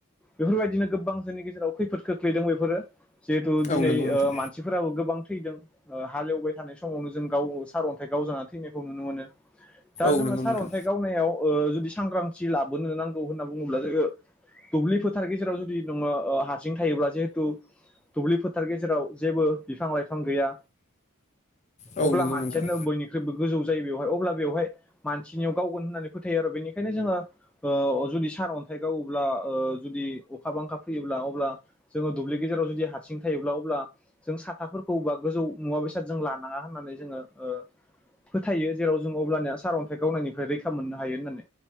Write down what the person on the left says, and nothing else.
औ नंगौ नोंथां।
औ
नंगौ
नोंथां।
होनना बुङोब्ला जोङो
औ नंगौ
नोंथां।